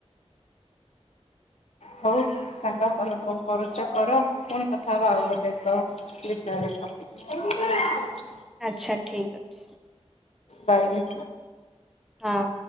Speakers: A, on the left; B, in the centre.
A: ହଉ ସାଙ୍ଗ ତମେ କଣ କରୁଛ କର କଣ କଥା ହବା ଆଉ ଗୋଟେ ଏକ ବିଷୟରେ ଟପିକ। <inaudible>
B: ଆଛା, ଠିକ୍ ଅଛି।
A: ପାଇଲି।
B: ହଁ।